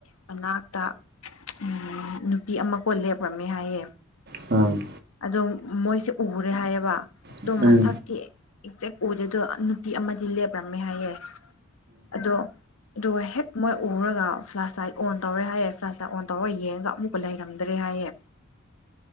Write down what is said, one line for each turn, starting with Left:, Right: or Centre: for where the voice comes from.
Left: ꯃꯅꯥꯛꯇ ꯎꯝ ꯅꯨꯄꯤ ꯑꯃ ꯀꯣꯟ ꯂꯦꯞꯈ꯭ꯔꯝꯃꯦ ꯍꯥꯏꯌꯦ
Right: ꯑꯥ ꯎꯝ
Left: ꯑꯗꯣ ꯃꯣꯏꯁꯦ ꯎꯔꯦ ꯍꯥꯏꯌꯦꯕ ꯑꯗꯣ
Right: ꯎꯝ
Left: ꯃꯁꯛꯇꯤ
Right: ꯎꯝ ꯎꯝ ꯎꯝ
Left: ꯑꯦꯛꯖꯦꯛ ꯑꯣꯏꯗꯦꯗꯣ ꯅꯨꯄꯤ ꯑꯃꯗꯤ ꯂꯦꯞꯔꯝꯃꯦ ꯍꯥꯏꯌꯦ ꯑꯗꯣ ꯑꯗꯨꯒ ꯍꯦꯛ ꯃꯣꯏ ꯎꯔꯒ ꯐ꯭ꯂꯥꯁ ꯂꯥꯏꯠ ꯑꯣꯟ ꯇꯧꯔꯦ ꯍꯥꯏꯌꯦ ꯐ꯭ꯂꯥꯁ ꯂꯥꯏꯠ ꯑꯣꯟ ꯇꯧꯔ ꯌꯦꯡꯉꯒ ꯑꯃꯨꯛ ꯂꯩꯔꯝꯗ꯭ꯔꯦ ꯍꯥꯏꯌꯦ